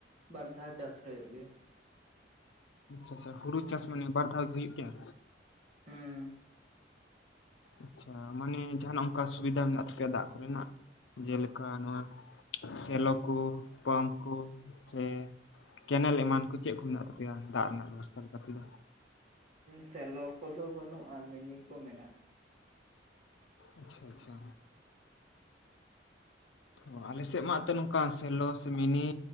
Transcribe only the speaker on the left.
ᱟᱪᱪᱷᱟ ᱟᱪᱷᱟ ᱦᱩᱲᱩ ᱪᱟᱥ ᱢᱟᱱᱮ ᱵᱟᱨ ᱫᱷᱟᱣ ᱜᱮ ᱦᱩᱭᱩᱜ ᱜᱮᱭᱟ᱾
ᱟᱪᱪᱷᱟ ᱢᱟᱱᱮ ᱡᱟᱦᱟᱱᱟᱜ ᱚᱱᱠᱟ ᱥᱩᱵᱤᱫᱷᱟ ᱢᱮᱱᱟᱜ ᱛᱟᱯᱮᱭᱟ ᱫᱟᱜ ᱠᱚᱨᱮᱱᱟᱜ? ᱡᱮᱞᱮᱠᱟ ᱱᱚᱣᱟ ᱥᱮᱞᱚ ᱠᱩ ᱯᱟᱢᱯ ᱠᱩ ᱥᱮ ᱠᱮᱱᱮᱞ ᱮᱢᱟᱱ ᱠᱚ ᱪᱮᱜ ᱠᱩ ᱢᱮᱱᱟᱜ ᱛᱟᱯᱮᱭᱟ ᱫᱟᱜ ᱨᱮᱱᱟᱜ ᱵᱮᱵᱚᱥᱛᱷᱟ ᱞᱮᱠᱟ ᱛᱮ ᱫᱚ?
ᱟᱪᱪᱷᱟ ᱟᱪᱪᱷᱟ᱾ ᱚ ᱟᱞᱮ ᱥᱮᱫ ᱢᱟ ᱟᱯᱮ ᱱᱚᱝᱠᱟ ᱥᱮᱞᱚ ᱥᱮ ᱢᱤᱱᱤ,